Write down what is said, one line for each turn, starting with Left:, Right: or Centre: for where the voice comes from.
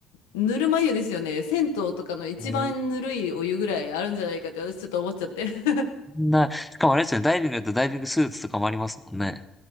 Left: ぬるま湯ですよね。銭湯とかの一番ぬるいお湯ぐらいあるんじゃないかって私ちょっと思っちゃって。
Centre: ええ
Left: <laughs>
Centre: な、しかもあれですね、ダイビングだとダイビングスーツとかもありますもんね。